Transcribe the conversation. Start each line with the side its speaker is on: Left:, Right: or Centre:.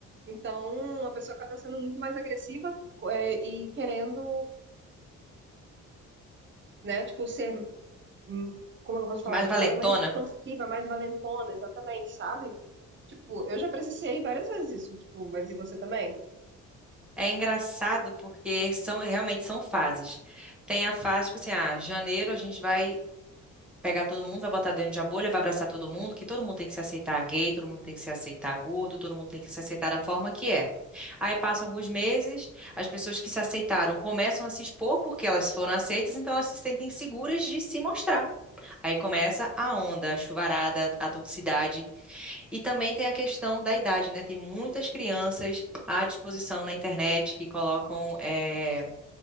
Right: Então, a pessoa acaba sendo muito mais agressiva, é, e querendo né? Tipo, ser hum, como é que eu posso falar?
Centre: Mais
Right: Tipo,
Centre: valentona?
Right: ela é mais expansiva, mais valentona, exatamente, sabe? Tipo, eu já presenciei várias vezes isso, tipo, mas e você também?
Centre: É engraçado porque são realmente são fases. Tem a fase, tipo assim, ah, janeiro a gente vai pegar todo mundo, vai botar dentro de a bolha, vai abraçar todo mundo, que todo mundo tem que se aceitar gay, todo mundo tem que se aceitar gordo, todo mundo tem que se aceitar da forma que é. Aí passam alguns meses, as pessoas que se aceitaram começam a se expor porque elas foram aceitas, então elas se sentem seguras de se mostrar. Aí começa a onda, a chuvarada, a toxicidade. E também tem a questão da idade, né? Tem muitas crianças à disposição na internet que colocam. é,